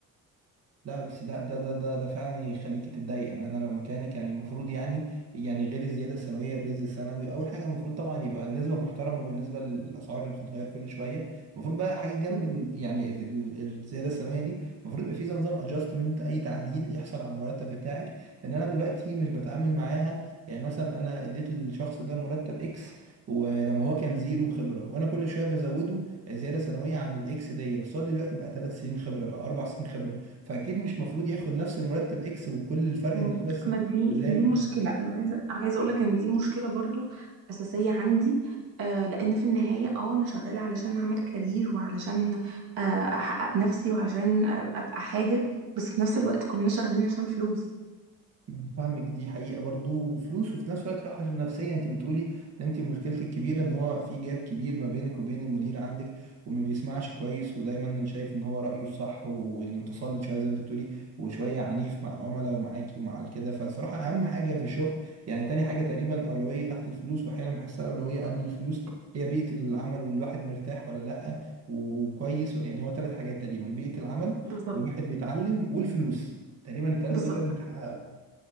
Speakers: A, on the right; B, on the right.
A: لا بس ده ده ده ده, ده فعلا يخليكي تتضايق يعني انا لو مكانك يعني المفروض يعني يعني غير الزياده السنويه الريز السنوي اول حاجه المفروض طبعا يبقى نسبه محترمه بالنسبه للاسعار اللي بتتغير كل شويه المفروض بقى حاجه جنب
B: جدا
A: ال يعني ال- ال- الزياده السنويه دي المفروض يبقى في زي نظام ادجستمنت اي تعديل يحصل على المرتب بتاعك ان انا دلوقتي مش بتعامل معاها يعني مثلا انا اديت للشخص ده مرتب اكس ولما هو كان زيرو خبره وانا كل شويه بزوده زياده سنويه عن الاكس دي بس هو دلوقتي بقى ثلاث سنين خبره بقى اربع سنين خبره فاكيد مش مفروض ياخد نفس المرتب اكس وكل الفرق
B: مم.
A: انه بس
B: ما دي
A: زاد
B: دي مشكلة أنا عايزة عايزة أقول لك إن دي مشكلة برضو أساسية عندي آه لأن في النهاية أه أنا شغالة علشان أعمل كارير وعلشان آه أحقق نفسي وعشان آه أبقى حاجة بس في نفس الوقت كلنا شغالين عشان فلوس
A: يعني فاهمك دي حقيقة برضو وفلوس وفي نفس الوقت راحة نفسية انت بتقولي ان انت مشكلتك الكبيرة ان هو في جاب كبير ما بينك وبين المدير عندك وما بيسمعش كويس ودايما شايف ان هو رأيه الصح ويعني متسلط شوية زي ما انت بتقولي وشوية عنيف مع العملاء ومعاكي ومع كده فالصراحة اهم حاجة في الشغل يعني تاني حاجة تقريبا أولوية تحت الفلوس واحيانا بحسها أولوية قبل الفلوس هي بيئة العمل وان الواحد مرتاح ولا لأ وكويس ولا يعني هو ثلاث حاجات تقريبا بيئة العمل
B: بالظبط
A: والواحد بيتعلم والفلوس تقريبا الثلاثة
B: بالظبط
A: دول لازم يتحققوا.